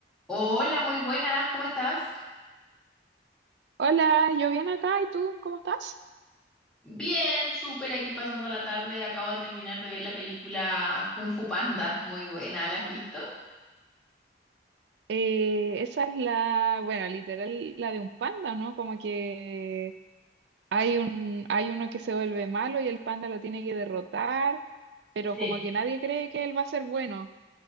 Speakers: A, in the centre; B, on the right (about 75°).
A: Hola, muy buenas, ¿cómo estás?
B: Hola, yo bien acá, ¿y tú cómo estás?
A: Bien, súper aquí pasando la tarde. Acabo de terminar de ver la película Kung Fu Panda, muy buena, ¿la has visto?
B: Eh, esa es la, bueno, literal, la de un panda, ¿no? Como que hay un, hay uno que se vuelve malo y el panda lo tiene que derrotar, pero
A: Sí,
B: como que nadie cree que él va a ser bueno